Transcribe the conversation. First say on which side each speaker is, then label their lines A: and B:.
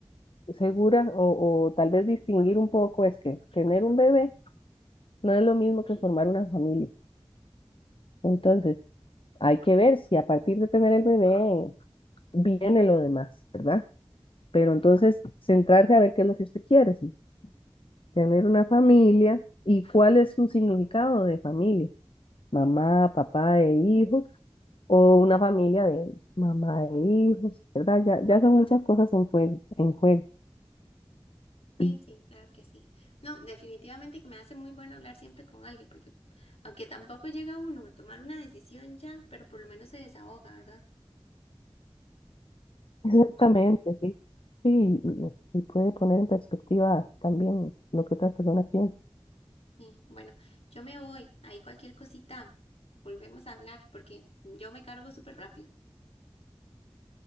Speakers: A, on the left; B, on the left.
A: segura o, o tal vez distinguir un poco es que tener un bebé no es lo mismo que formar una familia. Entonces, hay que ver si a partir de tener el bebé viene lo demás, ¿verdad? Pero entonces, centrarse a ver qué es lo que usted quiere, sí, tener una familia y cuál es su significado de familia, mamá, papá e hijos o una familia de mamá e hijos, ¿verdad? Ya, ya son muchas cosas en juego, en juego.
B: Sí,
A: Sí.
B: sí, claro que sí. No, definitivamente que me hace muy bueno hablar siempre con alguien, porque aunque tampoco llega uno a tomar una decisión ya, pero por lo menos se desahoga, ¿verdad?
A: <laughs> Exactamente, sí. Sí, y, y puede poner en perspectiva también lo que otras personas piensan.
B: Sí, bueno, yo me voy. Ahí cualquier cosita, volvemos a hablar porque yo me cargo súper rápido.